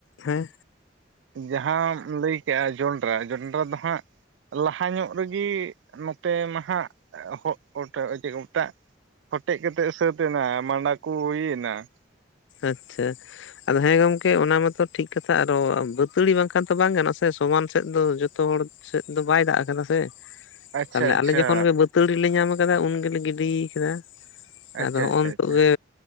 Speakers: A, on the left; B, on the right.
A: ᱦᱮᱸ
B: ᱡᱟᱦᱟᱸ ᱟᱢ ᱞᱟᱹᱭ ᱠᱮᱜᱼᱟ ᱡᱚᱸᱰᱨᱟ, ᱡᱚᱸᱰᱨᱟ ᱫᱚ ᱦᱟᱸᱜ ᱞᱟᱦᱟ ᱧᱚᱜ ᱨᱮᱜᱮ ᱱᱚᱛᱮ ᱢᱟ ᱦᱟᱸᱜ ᱦᱚᱴ ᱚᱡᱮ ᱚᱴᱟᱜ ᱦᱚᱴᱮᱡ ᱠᱟᱛᱮᱫ ᱥᱟᱹᱛ ᱮᱱᱟ ᱢᱟᱸᱰᱟ ᱠᱚ ᱦᱩᱭᱱᱟ ᱾
A: ᱟᱪᱪᱷᱟ ᱾ ᱟᱫᱚ ᱦᱮᱸ ᱜᱚᱢᱠᱮ, ᱚᱱᱟ ᱢᱟᱛᱚ ᱴᱷᱤᱠ ᱠᱟᱛᱷᱟ ᱟᱨᱚ ᱵᱟᱹᱛᱟᱹᱲᱤ ᱵᱟᱝ ᱠᱷᱟᱱ ᱛᱚ, ᱵᱟᱝ ᱜᱟᱱᱚᱜ ᱥᱮ ᱥᱚᱢᱟᱱ ᱥᱮᱫ ᱫᱚ ᱡᱚᱛᱚ ᱦᱚᱲ ᱥᱮᱫ ᱫᱚ ᱵᱟᱭ ᱫᱟᱜ ᱠᱟᱫᱟ ᱥᱮ ᱾
B: ᱟᱪᱪᱷᱟ
A: ᱛᱟᱦᱚᱞᱮ
B: ᱟᱪᱪᱷᱟ
A: ᱟᱞᱮ ᱡᱚᱠᱷᱚᱱ ᱜᱮ ᱵᱟᱹᱛᱟᱹᱲᱤ ᱞᱮ ᱧᱟᱢ ᱟᱠᱟᱫᱟ, ᱩᱱ ᱜᱮᱞᱮ ᱜᱤᱰᱤ ᱠᱟᱫᱟ।
B: ᱟᱪᱪᱷᱟ
A: ᱟᱫᱚ ᱦᱚᱸᱜᱼᱚᱭ
B: ᱟᱪᱪᱷᱟ
A: ᱱᱤᱛᱚᱜ
B: ᱟᱪᱪᱷᱟ
A: ᱜᱮ